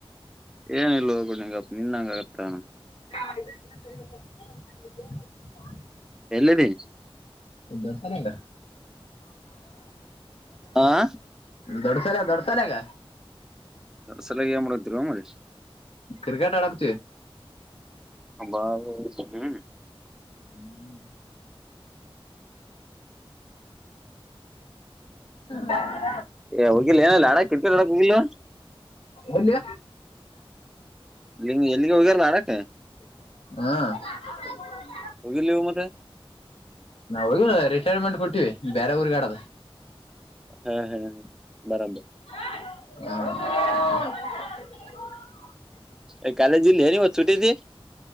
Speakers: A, in the centre; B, on the left.
A: ಏನ ಇಲ್ ಹೋಗಂಗಪ್ಪ ನಿನ್ಂಗ ಆಗತ್ತ
B: ಹ
A: ಎಲ್ಲಿದಿ
B: ಈ ಕಡೆ ಸಲ್ಯಾಗ್
A: ಆ
B: ದೊಡ್ಡಸಾಲೆಗ ದೊಡ್ಸಾಲಯಾಗ
A: ಸಲಾಗಿ ಏನ್ ಮಾಡತಿರೋ ಮರಿ
B: ಕ್ರಿಕೆಟ್ ಆಡಕ್ಚ
A: ಹಂಬ ಹ್ಮ್
B: ಹ್ಮ್ ಹ
A: ಏ ಹೋಗಿಿಲ್ಲ ಏನ ಅಲಿ ಕ್ರಿಕೆಟರ್ ಆಡ ಕ ಹೋಗಿಿಲ್ಲ
B: ಒನ್ಯ
A: ಎಲ್ಲಿಗೆ ಹೋಗ್ಯಾರಲ್ಲ ಆಡಕ್ಕೆ
B: ಹ್ಮ
A: ಹೋಗಿಲ್ಲಿವು ಮತ್ತೆ
B: ನಾವು ಹೋಗ ರಿಟೈರ್ಮೆಂಟ್ ಕೊಟ್ಟಿವವಿ ಬೇರೆ ಊರ್ಗ ಆಡದ
A: ಹಾ ಹಾ ಹ ಬರಬರ್
B: ಹ
A: ಎ ಕಾಲೇಜಿ ಇಲ್ಲ ಏನು ಇವತ್ತು ಸುಟ್ಟಿದಿ